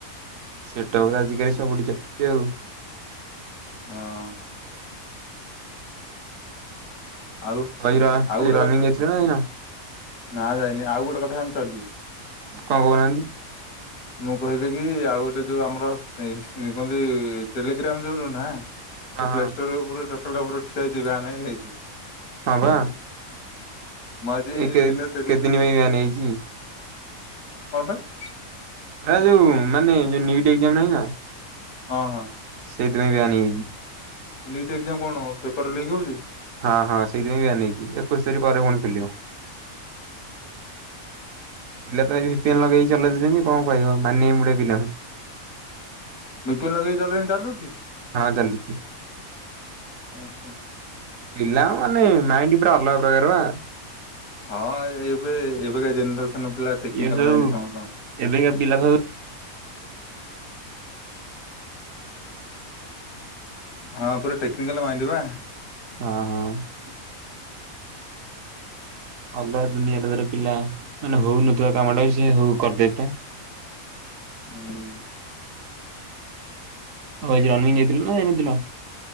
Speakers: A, on the right; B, on the left.
A: ସେଟା ତ ଆଜିକାଲି ସବୁଠି ଚାଲିଛି ଆଉ।
B: ହଁ। ଆଉ
A: <unintelligible>
B: ଆଉ ଗୋଟେ
A: ରନିଂ
B: କଥା
A: ହେଥିଲ ନା ଯାଇନ।
B: ନା ଯାଇନି ଆଉ ଗୋଟେ କଥା ଶାଣିଛନ୍ତି?
A: କଣ କହୁନାହାନ୍ତି।
B: ମୁଁ କହିଲି କି ଆଉ ଗୋଟେ ଯୋଉ ଆମର କୁହନ୍ତି ଟେଲିଗ୍ରାମ ଯୋଉଠୁ ନାଁ
A: ହଁ
B: ସେ ପ୍ଲେ
A: ହଁ
B: ଷ୍ଟୋର ଉପରୁ ଟୋଟାଲ ଉପ ଠି ହେଇଛି ବ୍ୟାନ ହେଇଛି
A: ହଁ ବା
B: ମୁଁ ଆଜି
A: ଏ କେ
B: ଦିନରେ
A: କେତେ
B: ଟେଲିଗ୍ରାମ
A: ଦିନ ପାଇଁ ବ୍ୟନ ହେଇଛି।
B: କଣ ପାଇଁ?
A: ଏ ଯୋଉ ମାନେ ଯୋଉ ନୀଟ ଏକ୍ଜାମ ନାହିଁ ନା
B: ହଁ ହଁ।
A: ସେଇଥିପାଇଁ ବ୍ୟନ ହେଇଯାଇଛି।
B: ନିଟ୍ ଏକ୍ଜାମ କଣ ପେପର ଲିକ୍ ହଉଛି?
A: ହଁ ହଁ ସେଇଥିପାଇଁ ବ୍ୟାନ ହେଇଚି ଏକୋଇଶ ତାରିଖ ପରେ ପଣି ଖୋଲିବ। ପିଲା ତ ଏ ଭିନ ଲଗେଇି ଚଲେଇଛନ୍ତି କଣ କହିବ ମାନେମ ଗୁଟେ ପିଲା
B: ବିପିନ୍ ଲଗେଇ ଜଲେଇଲେ ଚାଲୁଛି।
A: ହଁ ଚାଲୁଛି।
B: ଓହୋ
A: ପିଲା ମାନେ ମାଇଣ୍ଡ ପୁରା ଅଲଗା ପ୍ରକାର ବା।
B: ହଁ ଏବେ ଏବେକା ଜେନେରେସନ ପିଲା ଟେକ୍ନିକାଲ
A: ଇଏ ସବୁ
B: ମାଇଣ୍ଡ ସମସ୍ତଙ୍କ
A: ଏବେକା ପିଲା ଭୁ
B: ହଁ ପୁରା ଟେକ୍ନିକାଲ ମାଇଣ୍ଡ ବା
A: ହଁ ହଁ। ଅଲଗା ଦୁନିଆରେ ଧର ପିଲା ମାନେ ହଉନଥିବା କାମ ଟା ବି ସେ ହଉ କରିଦେଇ ପା।
B: ହଁ।
A: ରନିଙ୍ଗ ଯାଇଥିଲ ନା ଜାଇନଥିଲ।